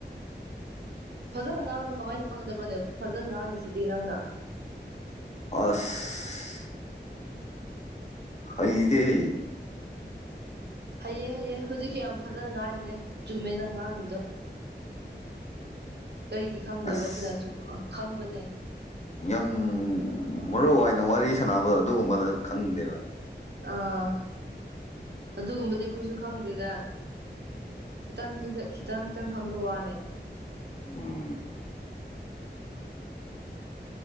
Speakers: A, on the right; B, on the left.
A: ꯐꯖꯅ ꯉꯥꯡꯉ ꯀꯃꯥꯏꯅ ꯈꯪꯗꯕ꯭ꯔꯅꯦ ꯐꯖꯅ ꯉꯥꯡꯉꯤꯁꯤꯗꯤ ꯅꯪꯅ
B: ꯑꯁ ꯍꯩꯇꯦꯍꯦ
A: ꯍꯩꯑꯦ ꯍꯩꯌꯦꯦ ꯍꯧꯖꯤꯛꯁ ꯌꯥꯝ ꯐꯖꯅ ꯉꯥꯡꯔꯤꯤꯅꯦ ꯆꯨꯝꯃꯦꯅ ꯉꯥꯡꯉꯤꯗꯣ ꯀꯔꯤꯒꯤ ꯈꯪꯗꯣꯏꯕ
B: ꯑꯁ
A: ꯁꯤꯅ ꯁꯨꯝ ꯑꯣ ꯈꯪꯕꯅꯦ
B: ꯌꯥꯝ ꯃꯔꯨ ꯑꯣꯏꯅ ꯋꯥꯔꯤ ꯁꯥꯟꯅꯕꯗ ꯑꯗꯨꯒꯨꯝꯕꯗ ꯈꯪꯗꯦꯕ
A: ꯑꯥ ꯑꯗꯨꯒꯨꯝꯕꯗꯤ ꯑꯩꯈꯣꯏꯁꯨ ꯈꯪꯗꯦꯗ ꯈꯤꯇꯪ ꯊꯤ ꯈꯤꯇꯪ ꯈꯤꯇꯪ ꯈꯪꯕ ꯋꯥꯅꯦ
B: ꯎꯝ